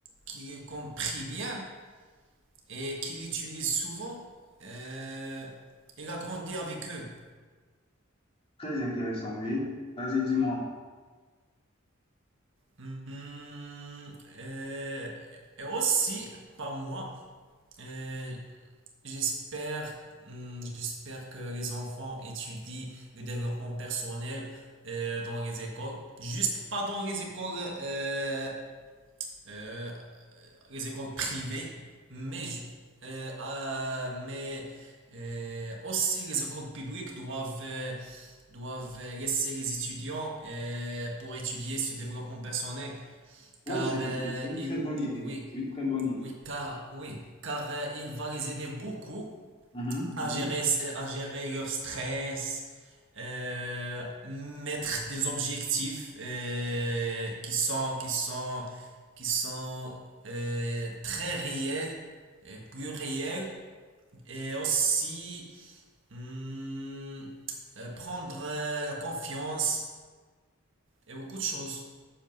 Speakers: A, on the right; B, on the left.
A: qui le comprit bien, et qu'il utilise souvent. euh, il a grandi avec eux.
B: Très intéressant, oui. Vas-y, dis-moi.
A: Hmm, euh, et aussi, par moi, euh, j'espère, hmm, j'espère que les enfants étudient le développement personnel euh, dans les écoles. Juste pas dans les écoles euh, euh, les écoles privées, mais, euh, euh, mais euh, aussi les écoles publiques doivent, euh, doivent laisser les étudiants euh, pour étudier ce développement personnel,
B: Wow,
A: car
B: c'est
A: euh,
B: c'est- c'est une
A: il-
B: très bonne idée.
A: oui,
B: C'est une très bonne idée.
A: oui, car oui, car euh, il va les aider beaucoup
B: Mhm,
A: à
B: mhm.
A: gérer, à gérer leur stress, euh, mettre des objectifs euh, qui sont, qui sont, qui sont euh, très réels, et plus réels, et aussi hum, euh, prendre euh, la confiance et beaucoup de choses.